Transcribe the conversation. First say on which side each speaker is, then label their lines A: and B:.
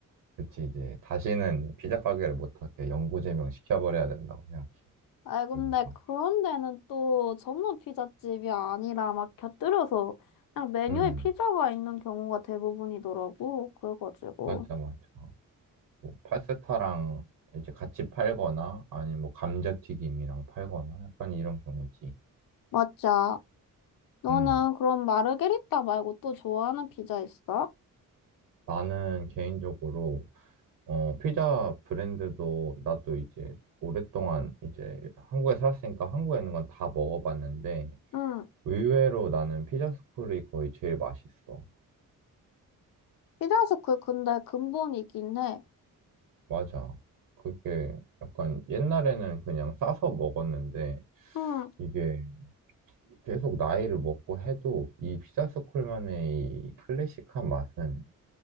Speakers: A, on the right (about 75°); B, on the left (about 80°).
A: 그치, 이제 다시는 피자 가게를 못하게 영구 제명 시켜버려야 된다고 생각해.
B: 아, 근데
A: 그래서,
B: 그런 데는 또 전문 피자집이 아니라 막 곁들여서 그냥 메뉴에
A: 응,
B: 피자가 있는 경우가 대부분이더라고. 그래가지고.
A: 맞아, 맞아. 뭐 파스타랑 이제 같이 팔거나 아니면 뭐 감자튀김이랑 팔거나 약간 이런 경우지.
B: 맞자. 너는
A: 음.
B: 그럼 마르게리따 말고 또 좋아하는 피자 있어?
A: 나는 개인적으로 어 피자 브랜드도 나도 이제 오랫동안 이제 한국에 살았으니까 한국에 있는 건 다 먹어봤는데
B: 응.
A: 의외로 나는 피자 스쿨이 거의 제일 맛있어.
B: 피자스쿨 근데 근본이긴 해.
A: 맞아. 그게 약간 옛날에는 그냥 싸서 먹었는데
B: 응.
A: 이게 계속 나이를 먹고 해도 이 피자 스쿨만의 이 클래식한 맛은